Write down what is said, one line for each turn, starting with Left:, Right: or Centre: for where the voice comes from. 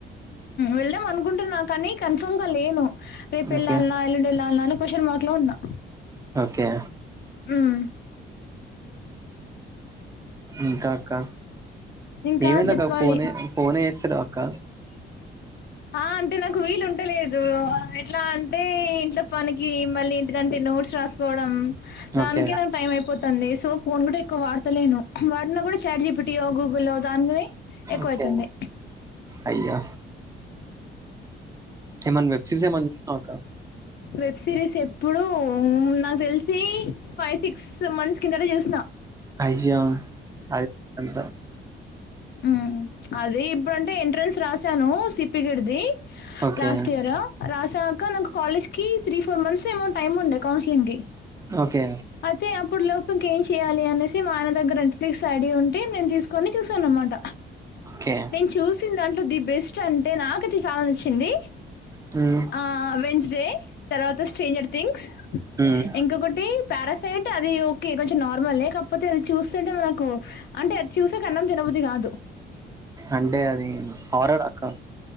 Left: వెళ్దాం అనుకుంటున్నా కాని కన్ఫామ్ గా లేను రేపు వెళ్ళాల్న్
Right: ఓకే
Left: ఎల్లుండి వెళ్ళాలన్నా క్వషన్ మార్క్ లో ఉన్నా
Right: ఓకె
Left: ఉమ్
Right: ఇంకా అక్కా
Left: ఇంకా
Right: ఏమేందక్క
Left: చెప్పాలి
Right: ఫోన్ ఫోన్ చేస్తాలేరు అక్క
Left: ఆ అంటే నాకు వీలు ఉండలేదు ఎట్లా అంటే ఇంట్లో పనికి మళ్ళీ ఏంటంటే నోట్స్ రాస్కోవడం దానికె
Right: ఓకే
Left: నా టైం అయిపోతుంది సో ఫోన్ కూడ ఎక్కువ వాడతలేను వాడినా కూడ చాట్ చెప్పటియో గూగుల్లో దానినే ఎక్కువయితుంది
Right: ఓకే అయ్యా ఎమయిన వెబ్సిరిస్ ఎ ఒక
Left: వెబ్ సిరీస్ ఎప్పుడుూ నాకు తెలిసి ఫైవ్ సిక్స్ మంత్స్ కిందట చూస్
Right: అయ్యా అది అంత
Left: ఉ అది ఇప్పుడుటే ఎంట్రన్స్ రాసాను సిప్పగిడిది
Right: ఓకే
Left: లాస్ట్ ఇయర్ రాసాక నాకు కాలేజ్ కి త్రీ ఫోర్ మంత్స్ ఏమౌ టైమ్ ఉండే కౌన్సిలింగ్ కి
Right: ఓకే
Left: అయితే అప్పుడు ఇంకేం చెయాలి అనేసి మా ఆయన దగ్గర నెట్ఫ్లిక్స్ ఐడియా ఉంటే నేను తీసుకొని చూసాను అనమాట
Right: ఓకే
Left: నే న్ చూసిన దాంట్లో ది బెస్ట్ అంటే నాకది ఫ్యాన్ నచ్చింది
Right: హ్మ్
Left: ఆ వెన్స్డే తర్వాత స్ట్రేంజర్ థింగ్స్
Right: హ్మ్
Left: ఇంకొకటి పారాసైట్ అది ఓకే కొంచెం నార్మల్ లే కాకపోతే అ చూస్తుంటే మనకు అంటే అది చూసేక అన్నం తినబుద్ధి కాదు
Right: అంటే అది హార రక్క